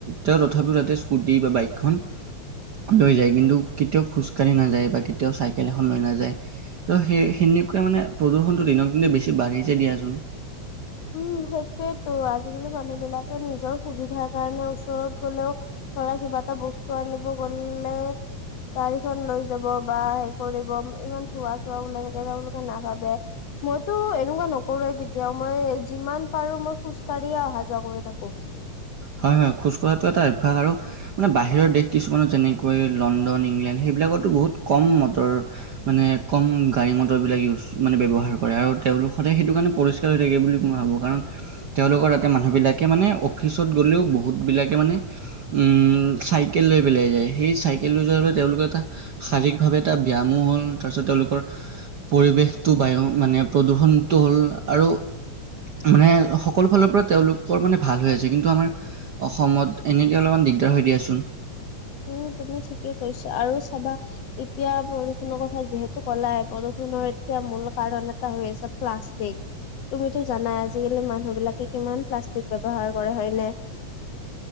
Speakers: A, on the right; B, on the left.
A: তেওঁ তথাপিও তাতে স্কুটি বা বাইকখন লৈ যায়! কিন্তু কেতিয়াও খোজকাঢ়ি নাযায়! বা কেতিয়াও চাইকেল এখন লৈ নাযায়! ত' সেই সেনেকুৱে মানে প্ৰদূষণটো দিনক দিন বেছি বাঢ়িছে দিয়াচোন।
B: উম, সেইটোয়েতো আজিকালি মানুহবিলাকে নিজৰ সুবিধাৰ কাৰণে ওচৰত গ'লেও ধৰা কিবা এটা বস্তু আনিব গ'ল্লে গাড়ীখন লৈ যাব বা হেৰি কৰিব, ইমান ধোঁৱা- চোৱা ওলাই থাকে, তেওঁলোকে নাভাবে। মইতো এনেকুৱা নকৰোৱে কেতিয়াও। মই, যিমান পাৰোঁ, মই খোজ কাঢ়িয়ে, অহা- যোৱা কৰি থাকোঁ।
A: হয়, হয়! খোজ কঢ়াটো এটা অভ্যাস আৰু মানে, বাহিৰৰ দেশ কিছুমানৰ যেনেকৈ, লণ্ডন- ইংলেণ্ড সেইবিলাকতো, বহুত কম মটৰ। মানে, কম গাড়ী মটৰবিলাক ইউজ, মানে ব্যৱহাৰ কৰে আৰু তেওঁলোক, সদায় সেইটো কাৰণে, পৰি পৰিস্কাৰ হৈ থাকে বুলি মই ভাবো! কাৰণ, তেওঁলোকৰ তাতে, মানুহবিলাকে মানে, অফিচ অফিচত গ'লেও বহুতবিলাকে মানে, উম! চাইকেল লৈ পেলাই যায়। সেই, চাইকেল লৈ যোৱাৰ বাবে, তেওঁলোকে এটা শাৰীৰিকভাৱে এটা ব্যায়ামো হ'ল। তাৰপিছত, তেওঁলোকৰ পৰিৱেশটো, বায়ু মানে, প্ৰদূষণমুক্ত হ'ল আৰু মানে, সকলো ফালৰ পৰা তেওঁলোকৰ মানে, ভাল হৈ আছে। যে কিন্তু আমাৰ, অসমত এনেকে, অলপমান দিগদাৰ হৈ দিয়াচোন!
B: উম, তুমি ঠিকে কৈছা! আৰু চাবা! এতিয়া, প্ৰদূষণৰ কথা যিহেতু ক'লাই, প্ৰদূষণৰ এতিয়া মূল কাৰণ, এটা হৈ আছে, প্লাষ্টিক। তুমিতো জানাই! আজিকালি মানুহ বিলাকে, কিমান প্লাষ্টিক ব্যৱহাৰ কৰে! হয়নে?